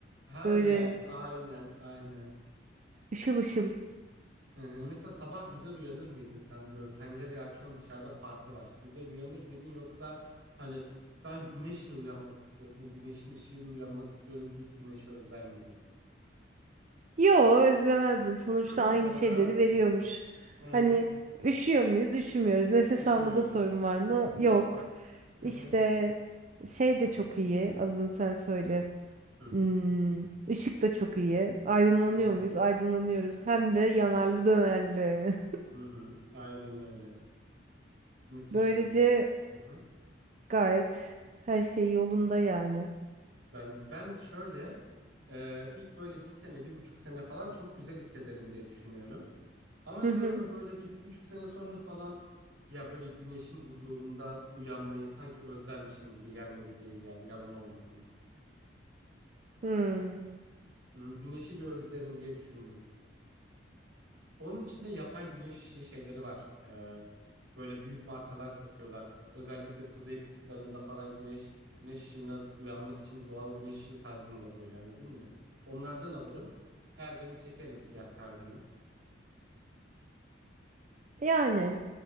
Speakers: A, on the right; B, on the right.
A: Her
B: böyle
A: yer. Aynen aynen.
B: ışıl ışıl.
A: Hı hı. Mesela sabah güzel uyanır mıydın sen böyle pencereyi açıyorsun dışarıda parti var. Güzel uyanır mıydın yoksa hani ben güneşle uyanmak istiyorum. O güneşin ışığıyla uyanmak istiyorum deyip güneşi özler miydin?
B: Yo özlemezdim. Sonuçta
A: <laughs>
B: aynı
A: Özlemez
B: şeyleri
A: miydin?
B: veriyormuş.
A: Hı
B: Hani
A: hı.
B: üşüyor muyuz? Üşümüyoruz. Nefes
A: Üşümüyoruz.
B: almada sorun var mı?
A: Yok.
B: Yok.
A: Hı
B: İşte
A: hı.
B: şey de çok iyi. Adını sen söyle.
A: Hı hı.
B: Hmm, ışık da çok iyi. Aydınlanıyor
A: Hı hı.
B: muyuz? Aydınlanıyoruz. Hem de yanarlı dönerli.
A: hı hı. Aynen öyle. Müthiş
B: <laughs> Böylece
A: olur. Hı hı.
B: gayet her şey yolunda yani.
A: Ben ben şöyle e, ilk böyle bir sene bir buçuk sene falan çok güzel hissederim diye düşünüyorum. Ama
B: Hı
A: sonra
B: hı.
A: böyle bir bir buçuk sene sonra falan ya böyle güneşin huzurunda uyanmayı sanki özlermişim gibi gelmedi değil yani yalan olmasın.
B: Hmm.
A: Hı, güneşi bir özlerim diye düşündüm. Onun içinde yapay güneş işi şeyleri var. Ee, böyle büyük markalar satıyorlar. Özellikle kuzey kutuplarında falan güneş güneş ışığına uyanmak için doğal güneş ışığı tarzında böyle anladın mı? Onlardan alırım. Perdemi çekerim siyah perdemi.
B: Yani.